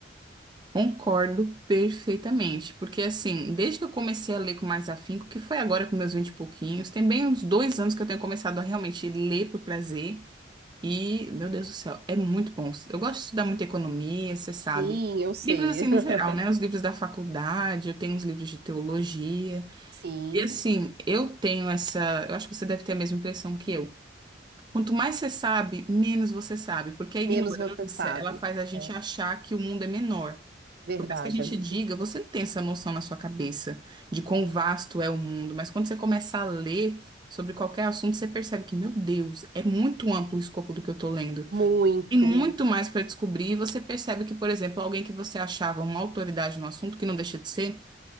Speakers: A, on the right; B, on the right.
A: Concordo perfeitamente, porque assim, desde que eu comecei a ler com mais afinco, que foi agora com meus vinte e pouquinhos, tem bem uns dois anos que eu tenho começado a realmente ler por prazer, e, meu Deus do céu, é muito bom. Eu gosto de estudar muito economia, você sabe.
B: Sim, eu sei.
A: Livros assim no
B: <laughs>
A: geral, né? Os livros da faculdade, eu tenho uns livros de teologia.
B: Sim,
A: E assim, eu tenho essa. Eu acho que você deve ter a mesma impressão que eu. Quanto mais você sabe, menos você sabe, porque a ignorância,
B: menos você sabe.
A: ela faz a gente
B: É
A: achar que o mundo é menor.
B: verdade,
A: Por mais que a gente
B: amigo.
A: diga, você não tem essa noção na sua cabeça de quão vasto é o mundo, mas quando você começa a ler sobre qualquer assunto, você percebe que, meu Deus, é muito amplo o escopo do que eu tô lendo.
B: Muito.
A: Tem muito mais para descobrir, e você percebe que, por exemplo, alguém que você achava uma autoridade no assunto, que não deixa de ser,